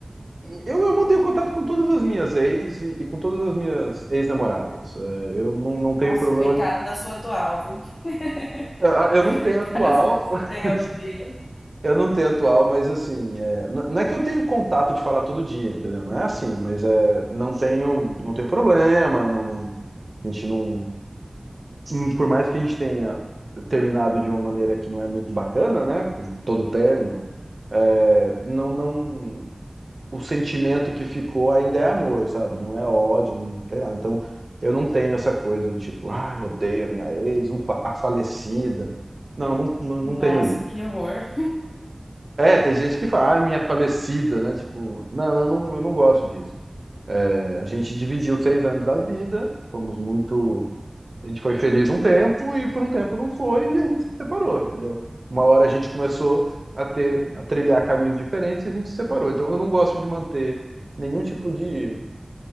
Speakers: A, on the right (about 55°); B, on the left (about 75°).
A: eu, eu mantenho contato com todas as minhas ex e, e com todas as minhas ex-namoradas. É, eu não, não
B: Nossa,
A: tenho problema.
B: coitada da sua atual, viu? <laughs>
A: Eu eu não tenho atual,
B: Caso você
A: <laughs>
B: tenha algum dia.
A: eu não tenho atual, mas assim, é, n- não é que eu tenho contato de falar todo dia, entendeu? Não é assim, mas é, não tenho, não tenho problema, não, não, A gente não. e Por mais que a gente tenha terminado de uma maneira que não é muito bacana, né? Como todo término, é, não, não. O sentimento que ficou ainda é amor, sabe? Não é ódio, não tem nada. Então, eu não tenho essa coisa de tipo, ah, eu odeio a minha ex, um fa- a falecida. Não, não, não, não
B: Nossa,
A: tenho isso.
B: que horror.
A: É, tem gente que fala, ah, minha falecida, né? Tipo, não, eu não, eu não gosto disso. É, a gente dividiu seis anos da vida, fomos muito A gente foi feliz um tempo e por um tempo não foi e a gente se separou, entendeu? Uma hora a gente começou a ter, a trilhar caminhos diferentes e a gente se separou. Então eu não gosto de manter nenhum tipo de,